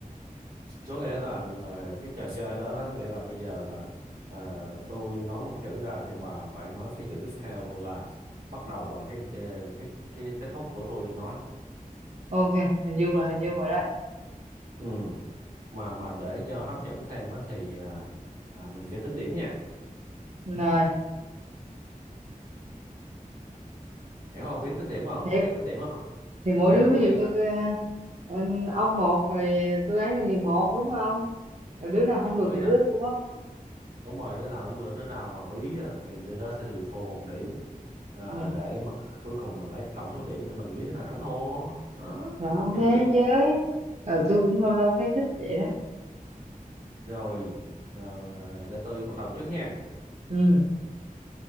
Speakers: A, on the right; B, on the right.
A: có nghĩa là ờ, cái trò chơi đó đó nghĩa là bây giờ là ờ, tôi nói một chữ ra thì bà phải nói cái chữ tiếp theo là bắt đầu bằng cái ờ, cái cái kết thúc của tôi nói
B: ok hình dung là hình dung rồi đó
A: ừ. mà mà để cho hấp dẫn thêm á thì à, à, mình chơi tính điểm nha
B: rồi
A: hiểu không biết tính điểm không
B: thì,
A: biết cách tính điểm không
B: thì mỗi
A: ừ
B: đứa ví
A: có
B: dụ
A: nghĩa
B: như
A: là,
B: ờ, ông một rồi tôi ấy thì một đúng không rồi đứa nào không
A: có
B: được
A: nghĩa
B: thì
A: là
B: đứa thua
A: đúng rồi đứa nào cũng đứa nào mà bí á, thì đứa đó sẽ bị thua một điểm à,
B: ừ
A: để mà cuối cùng mình lấy tổng số điểm để mình biết đứa nào thắng thua đó,
B: rồi ok
A: kiểu vậy
B: chơi ừ tôi cũng lâu lâu thấy thích vậy đó
A: rồi rồi để tôi bắt đầu trước nha
B: ừ